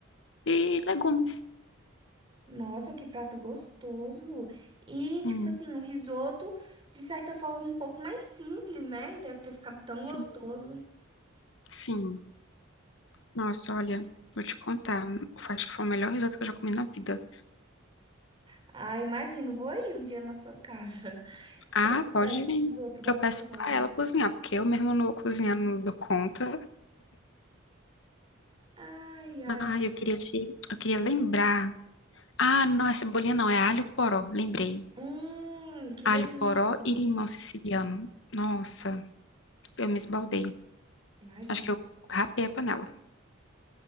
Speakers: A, on the left (about 65°); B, on the right (about 25°).
A: e legumes.
B: Nossa, que prato gostoso! E,
A: Sim,
B: tipo assim, o risoto, de certa forma, um pouco mais simples, né? E deve ter ficado tão
A: sim,
B: gostoso.
A: sim. Nossa, olha, vou te contar, acho que foi o melhor risoto que eu já comi na vida.
B: Ah, imagino, vou ir um dia na sua casa <laughs> experimentar
A: Ah, pode
B: esse
A: vir,
B: risoto da
A: que eu peço
B: sua mãe.
A: pra ela cozinhar, porque eu mesma não vou cozinhar, não dou conta.
B: Ai, ai.
A: Ah, eu queria te, eu queria lembrar. Ah, não, é cebolinha não, é alho poró, lembrei.
B: Hum, que
A: Alho
B: delícia!
A: poró e limão siciliano. Nossa, eu me esbaldei.
B: Imagino.
A: Acho que eu rapei a panela.